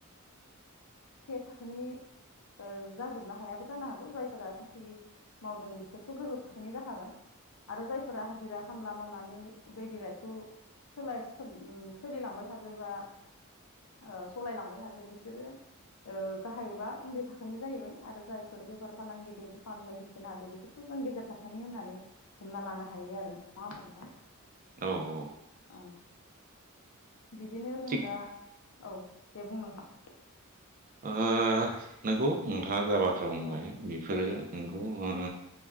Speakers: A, on the left; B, on the right.
A: थाखो ओ जाजोबनो हायाबो जानो हागौ जायफोरा साख्रि मावदों बिसोरथ' गोजौ थाखोनि जाखागोन आरो जायफोरा हाजिरा-खामला मावनानै दैलि लाइफखौ <unintelligible> सोलिलांबाय थादो बा ओ सलायलांबाय थादो बिसोरो ओ गाहाय बा उन्दै थाखोनि जाहैबाय आरो जायफोर बेफार-फालांगिरि दखान बायदिसिना होदो बिसोरखौ जों गेजेर थाखोनि होननानै हमना लानो हायो आरो नङा होमबा नोंथां
B: औ-औ
A: औ बिदिनो जों
B: थिग
A: दा औ दे बुंना <unintelligible>
B: ओ नोंगौ नोंथा -ङा जा-जा बाथ्रा बुंबाय
A: औ
B: बेफोरो
A: औ
B: नंगौ ओ